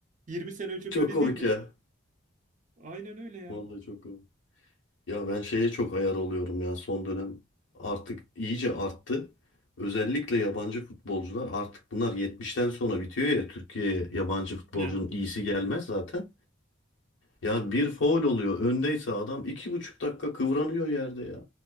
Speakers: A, on the right; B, on the left.
A: 20 sene önce
B: Çok
A: böyle
B: komik
A: değildi.
B: ya.
A: Aynen öyle ya.
B: Vallahi çok komik. Ya ben şeye çok ayar oluyorum ya son dönem artık iyice arttı. Özellikle yabancı futbolcular artık bunlar yetmişten sonra bitiyor ya Türkiye'ye yabancı futbolcunun
A: Ne?
B: iyisi gelmez zaten. Ya bir faul oluyor öndeyse adam iki buçuk dakika kıvranıyor yerde ya.